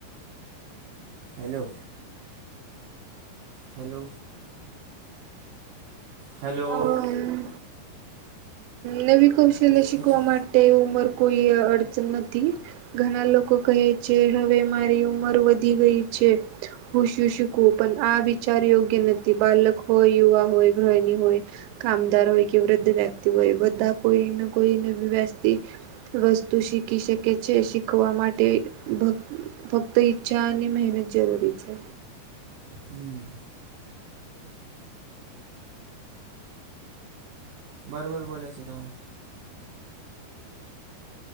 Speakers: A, on the right; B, on the right.
A: હેલો હલો હલો
B: હમ. નવી કૌશલ્ય શીખવા
A: પછી
B: માટે ઉમર કોઈ અડચણ નથી ઘણા લોકો કહે છે, હવે મારી ઉંમર વધી ગઈ છે હુશું શીખવું? પણ આ વિચાર યોગ્ય નથી, બાલક હોય, યુવા હોય, ગ્રહની હોય કામદાર હોય કે વૃદ્ધ વ્યક્તિ હોય, બધા કોઈને કોઈ વ્યવસથી વસ્તુ શીખી શકે છે શીખવા માટે ભગ ફક્ત ઈચ્છા અને મહેનત જરૂરી છે
A: હમ બરોબર બોલે છે તમે